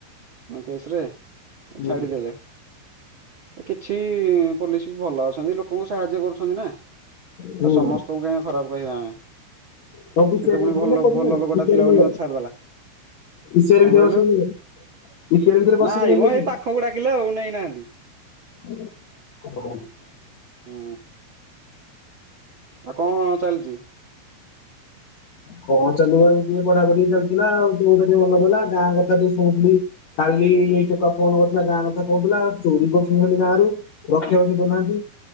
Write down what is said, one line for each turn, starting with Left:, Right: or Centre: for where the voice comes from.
Right: କେସରେ
Left: ହୁଁ
Right: ଛାଡିଦେଲେ। କିଛି ପୋଲିସ ବି ଭଲ ଅଛନ୍ତି। ଲୋକଙ୍କୁ ସାହାଯ୍ୟ କରୁଛନ୍ତି ନା।
Left: ହୁଁ
Right: ଆଉ ସମସ୍ତଙ୍କୁ କାହିଁ ଖରାପ କହିବା ଆମେ।
Left: ତମକୁ ପିସିଆରରେ
Right: ସେତ ପୁଣି
Left: ନେଇଥିଲେ
Right: ଭଲ
Left: ନା କୋଉଠି
Right: ଭଲ
Left: ନେଲେ
Right: ଲୋକ
Left: ପିସିଆରରେ
Right: ଟା ଥିଲା
Left: ନେଇଗଲେ
Right: ବୋଲି ମତେ ଛଡିଦେଲା।
Left: ପିସିଆର
Right: କଣ
Left: ଭିତରେ
Right: କହିଲୁ
Left: ବସେଇକି ନେଇଗଲେ ପିସିଆର ଭିତରେ ବସିକି
Right: ନାଇଁ
Left: ନେଇଯାଇଥିଲେ
Right: ମୋ ଏଇ ପାଖକୁ ଡାକିଲେ ଆଉ ନେଇନାହାନ୍ତି।
Left: <inaudible>
Right: ହୁଁ ଆଉ କ ଚାଲିଛି।
Left: କଣ ଚାଲୁ ଏମ ଟେ ପଢା ପଢି ଚାୁଲୁଥିଲା ଆଉ ତୋ କଥା ଟିକେ ଭଲ ପଡିଲା ଗାଁ କଥା ଟିକେ ଶୁଥିଲି। କାଲି ଏଇ ଟକା କଣ କରୁଥିଲା ଗାଁ କଥା କହୁଥିଲା। ଚୋରି କରସୁଥିଲି ଗାଁ ରୁ। ରଖିବାଛି ଦଉନାହାନ୍ତି।